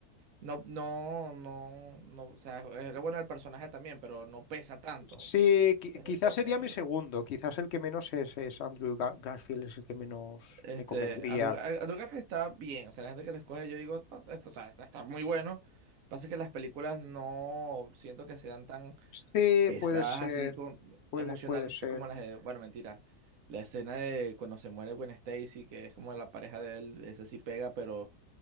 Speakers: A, on the right (about 65°); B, on the left (about 60°).
A: No, no, no, no, o sea, es lo bueno del personaje también, pero no pesa tanto.
B: Sí, qui- quizás
A: Yo
B: sería
A: que,
B: mi segundo, quizás el que menos es, es Andrew Gar- Garfield, es el que menos
A: este,
B: me convencía.
A: Andrew, Gar- Andrew Garfield está bien, o sea, la gente que lo escoge, yo digo, "No, esto, o sea, está, está muy bueno. Pasa que las películas no siento que sean tan
B: Sí,
A: pesadas
B: puede ser,
A: así como,
B: puede,
A: emocionalmente
B: puede ser.
A: como las de, bueno, mentira. La escena de cuando se muere Gwen Stacy, que es como la pareja de él, ese sí pega, pero